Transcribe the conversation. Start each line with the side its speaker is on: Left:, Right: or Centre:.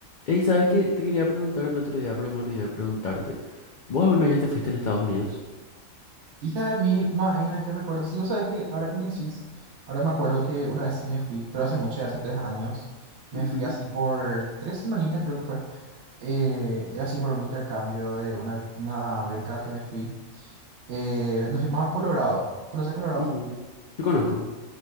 Left: Ey, ¿sabes qué? Te quería preguntar el otro día, pero me olvidé de preguntarte. ¿Vos alguna vez ya te fuiste en Estados Unidos?
Right: Hija de mil maena, qué recuerdo. Sí, vos sabés que ahora que me decís, ahora me acuerdo que una vez sí me fui, pero hace mucho, ya hace tres años, me
Left: Ujú,
Right: fui así por tres semanitas creo que fue. Eh, era así por un intercambio de una, bec- una beca que me fui. Eh, nos fuimos a Colorado. ¿Conoces Colorado?
Left: ujú, Sí conozco.